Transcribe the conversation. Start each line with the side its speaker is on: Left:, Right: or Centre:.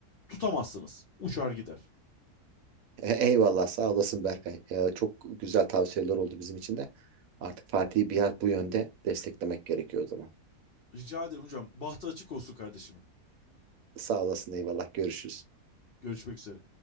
Left: tutamazsınız. Uçar gider.
Right: E- Eyvallah sağ olasın Berkay. E, çok güzel tavsiyeler oldu bizim için de. Artık Fatih'i biraz bu yönde desteklemek gerekiyor o zaman.
Left: Rica ederim hocam. Bahtı açık olsun kardeşimin.
Right: Sağ olasın eyvallah. Görüşürüz.
Left: Görüşmek üzere.